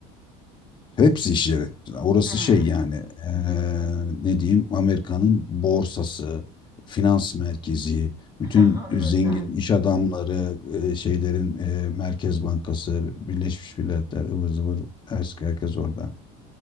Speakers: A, on the left (about 30°); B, on the right (about 15°).
A: Hepsi iş yeri. Orası
B: Hmm.
A: şey yani eee, ne diyeyim Amerika'nın borsası, finans merkezi, bütün
B: Ha, anladım.
A: zengin iş adamları, eee, şeylerin eee, Merkez Bankası, Birleşmiş Milletler, ıvır zıvır herkes, herkes orada.